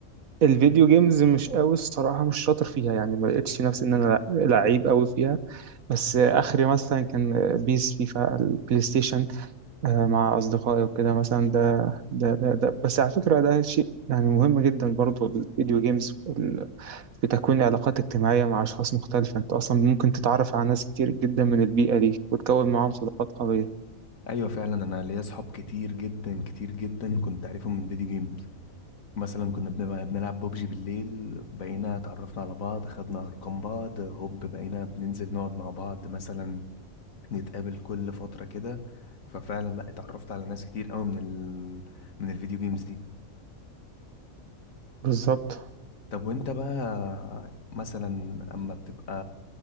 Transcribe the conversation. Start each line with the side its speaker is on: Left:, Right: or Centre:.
Right: الفيديو جيمز مش قوي الصراحة مش شاطر فيها يعني ما لقيتش نفسي ان انا لعيب قوي فيها بس اخري مثلا كان بيس فيفا البلاي ستيشن آه، مع اصدقائي وكده مثلا ده ده ده, ده. بس على فكرة ده شيء يعني مهم جدا برضو الفيديو جيمز في ال- في تكوين علاقات اجتماعية مع اشخاص مختلفة انت اصلا ممكن تتعرف على ناس كتير جدا من البيئة دي وتكون معاهم صداقات قوية
Left: ايوه فعلا انا ليا اصحاب كتير جدا كتير جدا كنت عارفهم من فيديو جيم مثلا كنا بنبقى بنلعب ببجي بالليل بقينا اتعرفنا على بعض خدنا ارقام بعض هوب بقينا بننزل نقعد مع بعض مثلا نتقابل كل فترة كده ففعلا لا اتعرفت على ناس كتير قوي من ال... من الفيديو جيمز دي
Right: بالظبط
Left: طب وانت بقى مثلا اما بتبقى